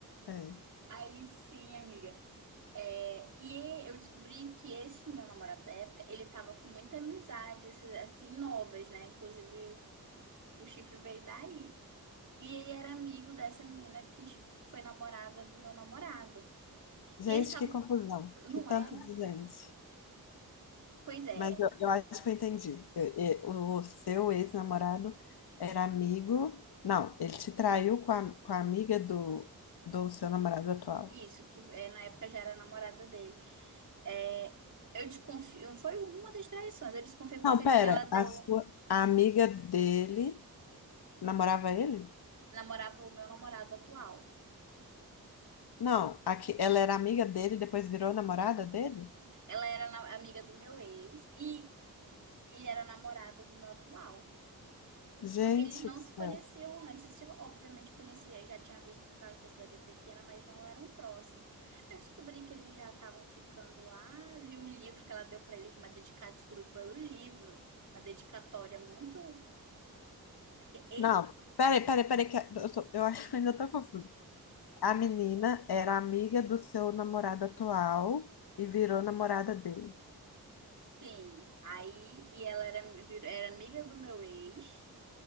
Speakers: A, on the left (about 90°); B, on the right (about 50°).
A: É.
B: Aí sim, amiga. É, e eu descobri que esse meu namorado da época, ele tava com muita amizade, esses, assim, novas, né? Inclusive, o chifre veio daí. E ele era amigo dessa menina que foi namorada do meu namorado.
A: Gente,
B: E eles estavam.
A: que confusão. Que
B: Não
A: tanto
B: é?
A: de gente.
B: Pois é,
A: Mas eu, eu acho que eu entendi. Eu- e- o seu ex-namorado era amigo. Não, ele te traiu com a, com a amiga do, do seu namorado atual.
B: isso, que é, na época já era namorada dele. É, eu desconfio. Foi uma das traições. Eu desconfiei porque
A: Não,
B: ela
A: pera,
B: deu.
A: a sua a amiga dele Namorava ele?
B: Namorava o meu namorado atual.
A: Não, aqui, ela era amiga dele, depois virou namorada dele?
B: Ela era na- amiga do meu ex e, e era namorada do meu atual.
A: Gente
B: Só que eles não
A: do céu.
B: se conheciam antes. Tipo, obviamente conhecia, já tinha visto por causa que a cidade é pequena, mas não eram próximos. Eu descobri que eles já estavam ficando lá, vi um livro que ela deu pra ele, uma dedicada, descobri pelo livro, uma dedicatória muito. E,
A: Não, peraí, peraí, peraí, que eu, tô- eu acho que ainda tô confusa. A menina era amiga do seu namorado atual e virou namorada dele.
B: sim, aí e ela era, vir- era amiga do meu ex